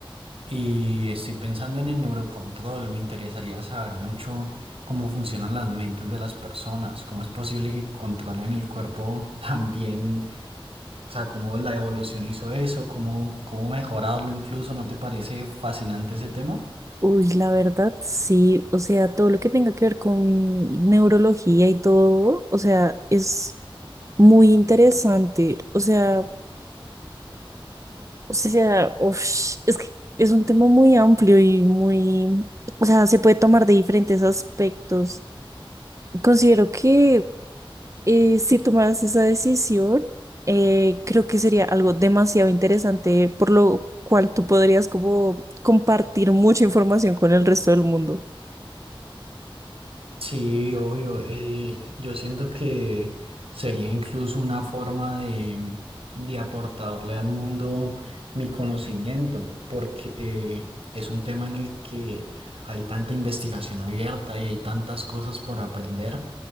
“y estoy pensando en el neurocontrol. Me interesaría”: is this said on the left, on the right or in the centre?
Right